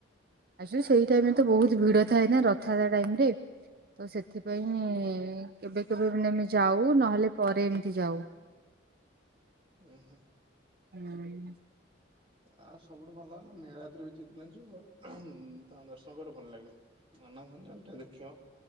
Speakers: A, on the right; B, on the right.
A: ଆସୁ ସେଇ ଟାଇମ ରେ ତ ବହୁତ ଭିଡ ଥାଏ ନା ରଥଯାତ୍ରା ଟାଇମ ରେ ତ ସେଥିପାଇଁ ହିଁ କେବେ କେବେ ମାନେ ଏମିତି ଯାଉ ନହେଲେ ପରେ ଏମିତି ଯାଉ
B: ଓ ହୁ
A: ହୁଁ
B: <inaudible> ଆ ସବୁଠୁ ଭଲ ମାନେ ନୀଳାଦ୍ରି ବିଜେ ମାନେ ଯୋଉ ତାଙ୍କ ଦର୍ଶନ କରିବ ଭଲ ଲାଗିବ ମାନ ଭଞ୍ଜନ ଟା ଦେଖିବ